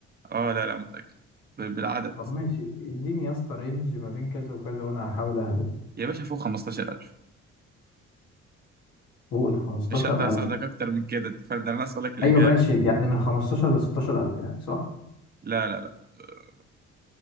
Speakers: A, on the right (about 30°); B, on the left (about 90°).
A: اه لا لا متأكد ب- بالعدد
B: طب ماشي اديني يا اسطى رينج ما بين كذا وكذا وانا هحاول اهبط
A: يا باشا فوق 15000
B: فوق ال 15000
A: مش هقدر اساعدك اكتر من كده انت فاهم ده انا اسالك لك الاجابه
B: ايوه ماشي يعني من 15 ل 16000 يعني صح
A: لا لا لا آه،